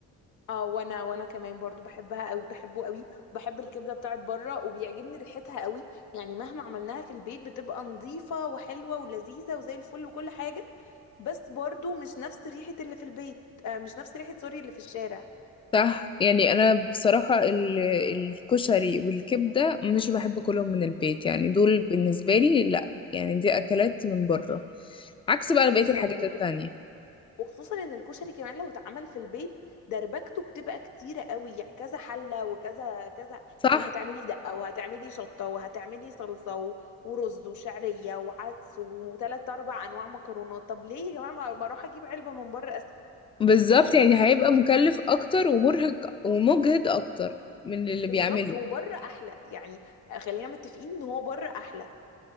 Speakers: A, on the left; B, on the left.
A: اه وانا وانا كمان برضو بحبها قوي بحبه قوي وبحب الكبدة بتاعت بره وبيعجبني ريحتها قوي يعني مهما عملناها في البيت بتبقى نظيفة وحلوة ولذيذة وزي الفل وكل حاجة بس برضو مش نفس ريحة اللي في البيت آه مش نفس ريحة سوري اللي في الشارع
B: صح يعني انا بصراحه ال- الكشري والكبده مش بحب اكلهم من البيت يعني دول بالنسبه لي لا يعني دي اكلات من بره عكس بقى
A: بالظبط
B: بقيه الحاجات التانية
A: وخصوصا ان الكشري كمان لو اتعمل في البيت دربكته بتبقى كتيره قوي يعني كذا حله وكذا كذا
B: صح
A: يعني هتعملي دقه وهتعملي شطه وهتعملي صلصه و- ورز وشعريه وعدس وثلاث اربع انواع مكرونات طب ليه يا جماعه ما ما اروح اجيب علبه من بره اسهل
B: بالظبط يعني هيبقى مكلف اكتر ومرهق ومجهد اكتر من اللي
A: بالظبط
B: بيعمله
A: وبره احلى يعني خلينا متفقين ان هو بره احلى